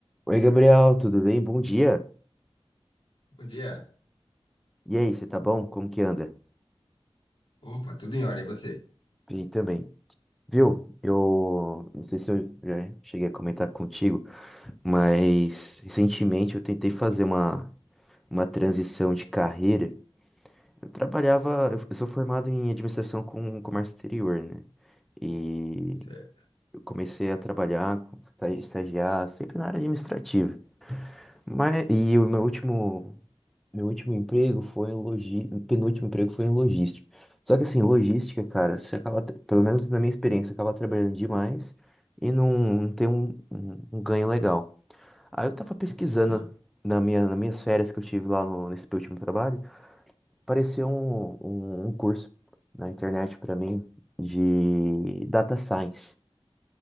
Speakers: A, in the centre; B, on the left.
A: Oi, Gabriel, tudo bem? Bom dia.
B: Bom dia.
A: E aí, você tá bom? Como que anda?
B: Opa, tudo em ordem, é você?
A: Bem também. Viu? Eu não sei se eu já cheguei a comentar contigo, mas recentemente eu tentei fazer uma, uma transição de carreira. Eu trabalhava, eu eu sou formado em administração com comércio exterior, né? E
B: Certo,
A: eu comecei a trabalhar, esta- estagiar sempre na área administrativa. Mas, e o meu último Meu último emprego foi em logi... penúltimo emprego foi em logística. Só que assim, logística, cara, você acaba, tra- pelo menos na minha experiência, acaba trabalhando demais e não, não tem um, um- um ganho legal. Aí eu tava pesquisando
B: sim.
A: na minha, nas minhas férias que eu tive lá no- nesse meu último trabalho, apareceu um, um, um curso na internet pra mim de data science.